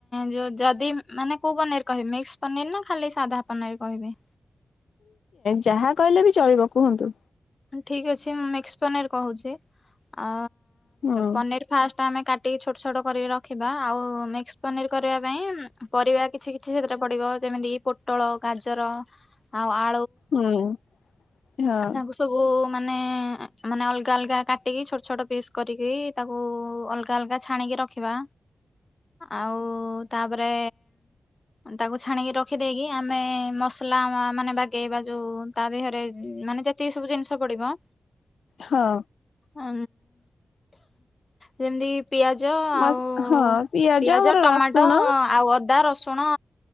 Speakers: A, on the left (about 30°); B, on the left (about 85°).
A: ଯୋଉ ଯଦି ମାନେ କୋଉ ପନିର କହିବି? ମିକ୍ସ ପନିର ନା ଖାଲି ସାଧା ପନିର କହିବି?
B: ଯାହା କହିଲେ ବି ଚଳିବ କୁହନ୍ତୁ।
A: ଠିକ ଅଛି। ମୁଁ ମିକ୍ସ ପନିର କହୁଛି। ଆ
B: ହୁଁ
A: ପନିର ଫାଷ୍ଟ ଟ ଆମେ କାଟିକି ଛୋଟ ଛୋଟ କରିକି ରଖିବା। ଆଉ ମିକ୍ସ ପନିର କରିବା ପାଇଁ ପରିବା କିଛି କିଛି ସେଥିରେ ପଡିବ। ଯେମିତି କି ପୋଟଳ, ଗଜାର ଆଉ ଆ
B: ହୁଁ। ହଁ
A: ଆ ତାଙ୍କୁ ସବୁ ମାନେ ମାନେ ଅଲଗା ଅଲଗା କାଟିକି, ଛୋଟ ଛୋଟ ପିସ୍ କରିକି ତାକୁ ଅଲଗା ଅଲଗା ଛାଣିକି ରଖିବା। ଆଉ ତାପରେ ତାକୁ ଛାଣିକି ରଖିଦେଇକି ଆମେ ମସଲା ମାନେ ବାଗେଇବା, ଯୋଉ ତା ଦେହରେ ଉମ୍ ମାନେ ଯେତିକି ସବୁ ଜିନିଷ ପଡିବ?
B: ହଁ।
A: ଆ ଯେମିତି ପିଆଜ ଆଉ
B: ମସ୍ ହଁ
A: ପିଆଜ
B: ଆମର
A: ଟମାଟୋ
B: ରସୁଣ
A: ଆଉ ଅଦା ରସୁଣ।